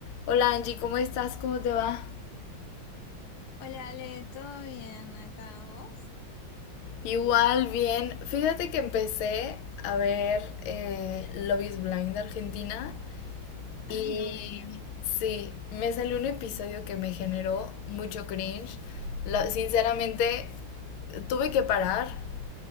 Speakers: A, on the left; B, on the left.
A: Hola Angie, ¿cómo estás? ¿Cómo te va?
B: Hola Ale, ¿todo bien acá? ¿Vos?
A: Igual, bien. Fíjate que empecé a ver eh, Love is Blind de Argentina
B: <laughs> Ay,
A: y
B: no me digas.
A: sí, me salió un episodio que me generó mucho cringe. La- sinceramente, tuve que parar